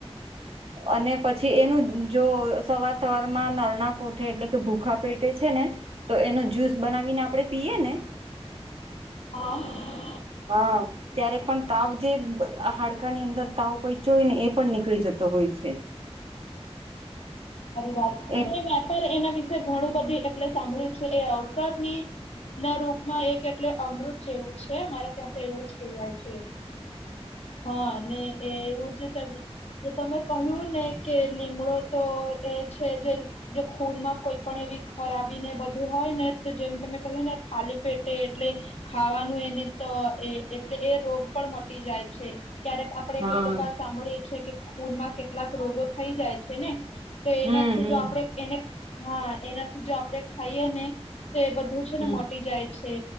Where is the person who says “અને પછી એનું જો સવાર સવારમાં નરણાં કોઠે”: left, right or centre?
Right